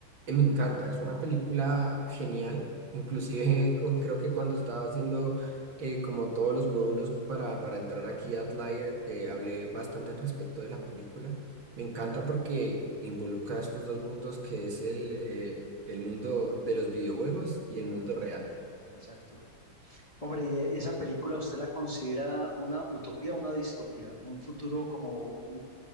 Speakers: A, on the right (about 70°); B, on the left (about 20°).
A: eh, me encanta, es una película genial. Inclusive <laughs> cu- creo que cuando estaba haciendo eh, como todos los módulos para, para entrar aquí a Outlier, eh, hablé bastante al respecto de la película. Me encanta porque involucra estos dos mundos que es el, eh, el mundo de los videojuegos y el mundo real. <laughs>
B: Exacto. Hombre, ¿y e, esa película usted la considera una utopía o una distopía? ¿Un futuro como mm,